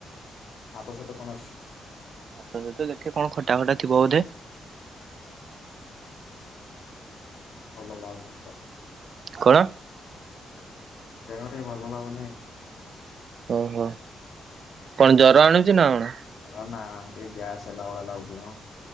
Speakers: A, on the left; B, on the right.
A: ଭାତ ସହିତ କଣ ଅଛି?
B: ଭାତ ସହୀତ ଦେଖେ କଣ ଖଟା ଫଟା ଥିବ ବୋଧେ।
A: ଭଲ ଲାଗୁନି ତ।
B: କଣ?
A: ଦେହ ଟିକେ ଭଲ ଲାଗୁନି।
B: ଓହୋ କଣ ଜର ଆଣୁଛି ନା କଣ?
A: ହ ନା ଟିକେ ଗ୍ୟାସ ହେଲା ଭଳିଆ ଲାଗୁଛି ମ।